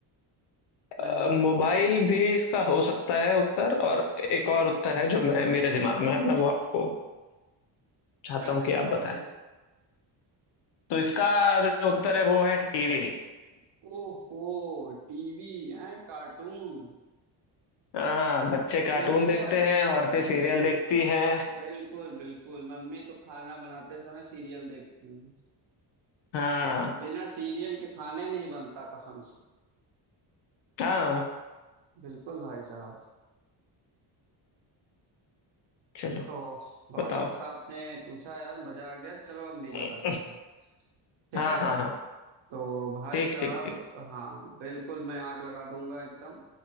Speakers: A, on the right; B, on the left.
A: नहीं
B: अ, मोबाइल भी इसका हो सकता है उत्तर और एक और उत्तर है जो मैं मेरे दिमाग में है मैं वो आपको चाहता
A: क्या
B: हूँ
A: है
B: कि
A: बताओ
B: आप बताएं
A: भाई
B: तो इसका जो उत्तर है वो है टीवी
A: ओहो टीवी है कार्टून
B: हाँ बच्चे कार्टून
A: Serial
B: देखते हैं औरतें सीरियल
A: daily
B: देखती हैं
A: बिल्कुल बिल्कुल मम्मी तो खाना बनाते समय सीरियल देखती हैं
B: हाँ
A: बिना सीरियल के खाने नहीं बनता कसम से
B: हाँ
A: बिल्कुल भाई साहब
B: चलो
A: तो बहुत
B: बताओ
A: अच्छा आपने पूछा यार मजा आ गया चलो अब मेरी
B: <laughs>
A: बारी है ठीक
B: हाँ
A: है
B: हाँ हाँ
A: तो भाई
B: ठीक
A: साहब
B: ठीक ठीक
A: हाँ बिल्कुल मैं आग लगा दूंगा एकदम